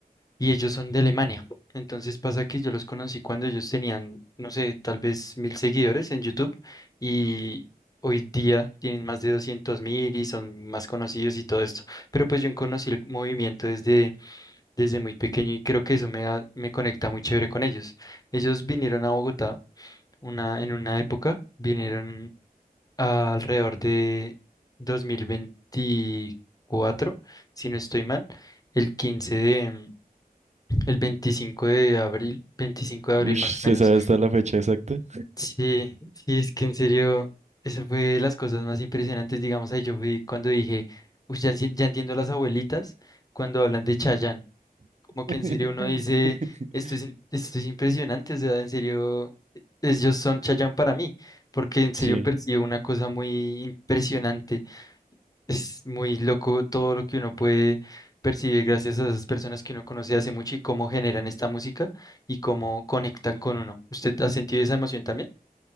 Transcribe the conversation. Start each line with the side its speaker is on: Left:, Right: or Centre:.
Left: y ellos son de Alemania. Entonces pasa que yo los conocí cuando ellos tenían, no sé, tal vez mil seguidores en YouTube y hoy día tienen más de doscientos mil y son más conocidos y todo esto. Pero pues yo conocí el movimiento desde, desde muy pequeño y creo que eso me, da- me conecta muy chévere con ellos. Ellos vinieron a Bogotá una, en una época, vinieron alrededor de 2024 si no estoy mal, el 15 de... El 25 de abril, 25 de abril
Right: Uy, ¿se
Left: más o menos.
Right: sabe hasta la fecha exacta?
Left: Sí, sí, es que en serio, eso fue de las cosas más impresionantes, digamos, ahí yo fui cuando dije, "Uy, ya, enci- ya entiendo las abuelitas cuando hablan de Chayanne, como que
Right: <laughs>
Left: en serio uno dice, esto es, in- esto es impresionante, o sea, en serio, e-, ellos son Chayanne para mí, porque en
Right: Sí.
Left: serio percibo una cosa muy impresionante es muy loco todo lo que uno puede percibir gracias a esas personas que uno conoce hace mucho y cómo generan esta música y cómo conectan con uno. ¿Usted ha sentido esa emoción también?